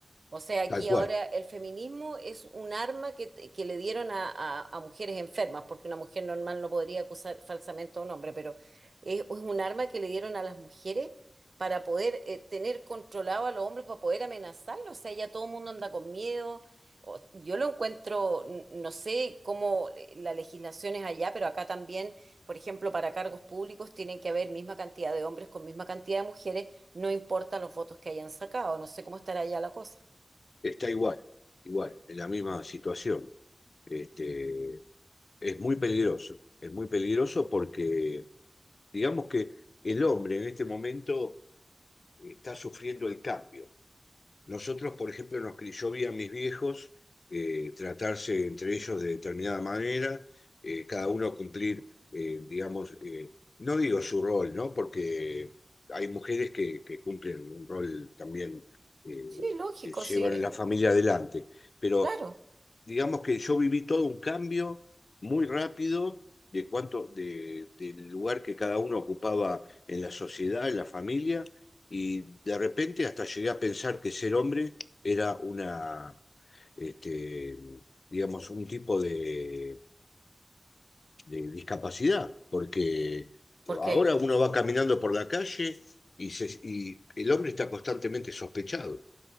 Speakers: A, on the right; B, on the left.
A: O sea, aquí
B: tal cual.
A: ahora el feminismo es un arma que, que le dieron a, a- a mujeres enfermas, porque una mujer normal no podría acusar falsamente a un hombre, pero es, es un arma que le dieron a las mujeres para poder eh, tener controlado a los hombres, para poder amenazarlos. O sea, ya todo el mundo anda con miedo. O- yo lo encuentro, n- no sé cómo eh, la legislación es allá, pero acá también, por ejemplo, para cargos públicos tienen que haber misma cantidad de hombres con misma cantidad de mujeres, no importa los votos que hayan sacado. No sé cómo estará allá la cosa.
B: Está igual, igual, en la misma situación. Este, es muy peligroso, es muy peligroso porque digamos que el hombre en este momento está sufriendo el cambio. Nosotros, por ejemplo, nos, yo vi a mis viejos eh, tratarse entre ellos de determinada manera, eh, cada uno cumplir, eh, digamos, eh, no digo su rol, ¿no? Porque hay mujeres que, que cumplen un rol también, eh,
A: Sí, lógico,
B: que llevan
A: sí,
B: la familia adelante, pero
A: claro.
B: digamos que yo viví todo un cambio muy rápido de cuánto, de, del lugar que cada uno ocupaba en la sociedad, en la familia, y de repente hasta llegué a pensar que ser hombre era una, este, digamos, un tipo de, de discapacidad, porque
A: ¿Por qué?
B: ahora uno va caminando por la calle y, se- y el hombre está constantemente sospechado.